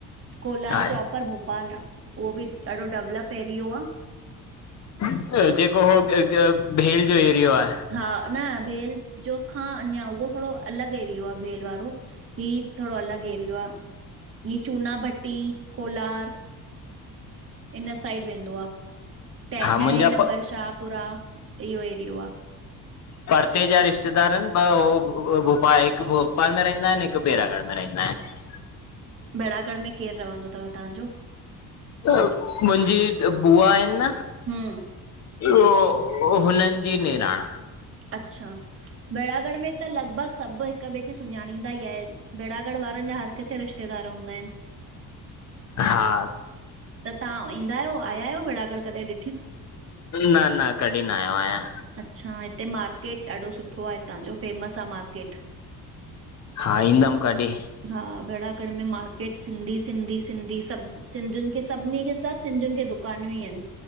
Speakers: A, on the right (about 40°); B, on the left (about 50°).
A: कोलार
B: हा,
A: प्रोपर भोपाल आ, उहो बि ॾाढो डवलप एरियो आ
B: बस जेको हो हिकु भेल जो एरियो आहे।
A: हा न भेल जो खां अञां, उहो थोड़ो अलॻ एरियो आ भेल वारो। ही थोड़ो अलॻि एरियो आ, ही चूना भट्टी कोलार इन साइड वेंदो आ, टेन
B: हा मुंहिंजा
A: ॾहें नंबर शाहपुरा इह्यो एरियो आ।
B: परते जा रिश्तेदार इन ॿ हो भो भोपाल हिकु भोपाल में रहिंदा इनि, हिक -कु, बेरागढ़ में रहिंदा इनि।
A: बेड़ागढ़ में केर रव्हंदो तव तहांजो?
B: त मुंजी बुआ इन न
A: हम्म,
B: ओ हुननि जी निरांण
A: अच्छा, बेड़ागढ़ में त लॻभॻ सभु हिक ॿे खे सुञाणींदा ई आइन। बेड़ागढ़ वारन जा हर किथे रिश्तेदार हूंदा इनि।
B: हा
A: त तव्हां ईंदा आहियो, आया आहियो बेड़ागर कॾहिं ॾि
B: न-न कॾी न आयो आहियां।
A: अच्छा, हिते मार्केट ॾाढो सुठो आ हितां जो फेमस आ मार्केट।
B: हा ईंदम कॾी।
A: हा बेड़ागढ़ में मार्केट सिंधी, सिंधी, सिंधी सब, सब सिंधियुनि कि सभिनी खे सभ सिंधीयुन खे दुकानियूं ई आइन